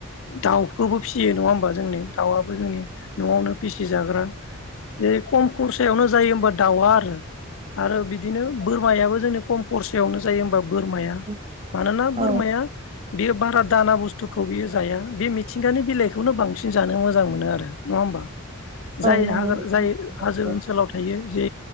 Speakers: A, on the left (about 65°); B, on the right (about 30°).
A: दाउ खौबो फिसियो नङा होमबा जोंनि? दाउआबो जोंनि न'आवनो फिसि जाग्रा जे खम खरसायावनो जायो होमबा दाउआ आरो - आरो बिदिनो बोरमायाबो जोंनि खम खरसयावनो जायो होमबा बोरमाया
B: औ
A: मानोना
B: औ
A: बोरमाया बेयो बारा दाना बुस्थुखौ बियो जाया बे मि नि बिलाइखौनो बांसिन जानो मोजां मोनो आरो नङा होमबा? जाय
B: औ नंगौ
A: हागो जाय हाजो
B: औ
A: ओनसोलाव थायो जे